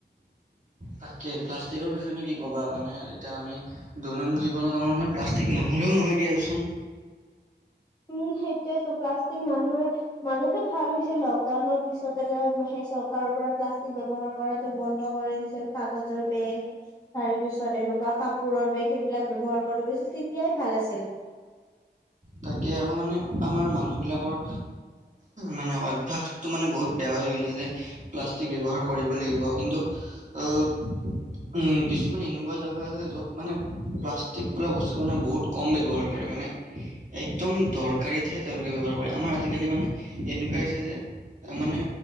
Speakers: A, on the right (about 40°); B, on the left (about 20°).
A: তাকেই, প্লাষ্টিকৰ বিষয়ে নো কি ক'বা! মানে, এতিয়া আমি দৈনন্দিন জীৱনত, আমাৰ মানে, প্লাষ্টিক নহ'লেও নহয় দিয়াচোন।
B: উম, সেইটোৱতো! প্লাষ্টিক মানুহে মাজতে ভাল হৈছিল! লকডাউনৰ পিছতে যে, সেই চৰকাৰৰ পৰা প্লাষ্টিক ব্যৱহাৰ কৰাতো বন্ধ কৰি দিছিল, কাগজৰ বেগ। তাৰে পিছত, এনেকুৱা কাপ কাপোৰৰ বেগ, সেইবিলাক ব্যৱহাৰ কৰি, <unintelligible> তেতিয়াই ভাল আছিল!
A: তাকে আৰু মানে, আমাৰ মানুহবিলাকৰ মানে, অভ্যাসতটো মানে, বহুত বেয়া হৈ গৈছে, যে। প্লাষ্টিক ব্যৱহাৰ কৰিব লাগিব। কিন্তু, আঁ উম, কিছুমান এনেকুৱা জাগা আছে, য'ত মানে, প্লাষ্টিক বোলা বস্তুটো মানে, বহুত কম ব্যৱহাৰ কৰে মানে। একদম দৰকাৰীতহে তেওঁলোকে ব্যৱহাৰ কৰে। আমাৰ আজিকালি মানে, এনেকুৱা হৈছে যে, মানে,